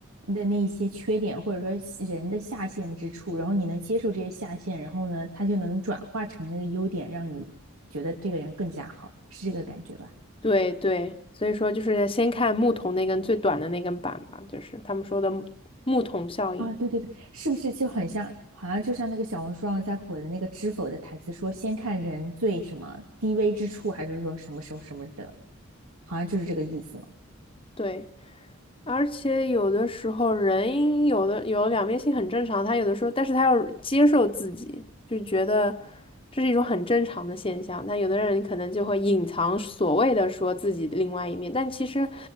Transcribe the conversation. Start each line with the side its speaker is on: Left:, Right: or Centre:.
Right: 的那一些缺点，或者说是人的下限之处，然后你能接受这些下限，然后呢，他就能转化成那个优点，让你觉得这个人更加好，是这个感觉吧？
Left: 对对，所以说就是先看木桶那根最短的那根板吧，就是他们说的木木桶效应。
Right: 啊，对对对，是不是就很像，好像就像那个小红书上在火的那个知否的台词说，先看人最什么低微之处，还是说什么什么什么的，好像就是这个意思嘛。
Left: 对。而且有的时候人有的有两面性很正常，他有的时候，但是他要接受自己，就觉得这是一种很正常的现象。但有的人可能就会隐藏所谓的说自己的另外一面，但其实